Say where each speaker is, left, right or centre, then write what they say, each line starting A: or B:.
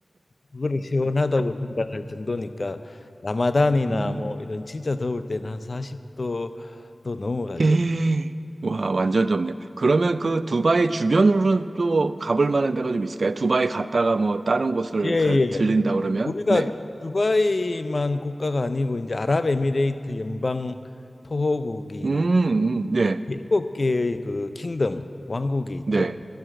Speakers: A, on the left; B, on the right.
A: 그걸 시원하다고 생각할 정도니까 라마단이나
B: 음.
A: 뭐 이런 진짜 더울 때는 한 40도 또 넘어가죠.
B: 에이, 와, 완전 좁네요. 그러면 그 두바이 주변으로는 또 가볼 만한 데가 좀 있을까요? 두바이 갔다가 뭐 다른 곳을
A: 예, 예.
B: 가, 들린다 그러면?
A: 우리가
B: 네.
A: 두바이만 국가가 아니고 이제 아랍에미레이트 연방 토호국이
B: 음, 음, 네,
A: 그 일곱 개의 그 킹덤 왕국이 있죠.
B: 네,